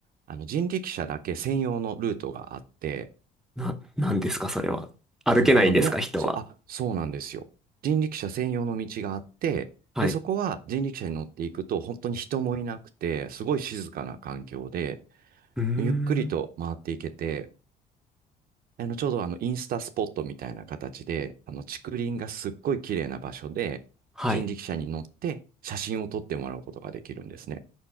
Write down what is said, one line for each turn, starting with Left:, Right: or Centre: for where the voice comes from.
Right: あの、人力車だけ専用のルートがあって、
Centre: な、なんですか、それは。歩けないんですか、
Right: そう、あの、みな、
Centre: 人は。
Right: そう、あ、そうなんですよ。人力車専用の道があって、
Centre: はい。
Right: で、そこは人力車に乗っていくと、本当に人もいなくて、すごい静かな環境で、
Centre: うーん。
Right: ゆっくりと回っていけて、あの、ちょうどあの、インスタスポットみたいな形で、あの、竹林がすっごい綺麗な場所で、
Centre: はい。
Right: 人力車に乗って写真を撮ってもらうことができるんですね。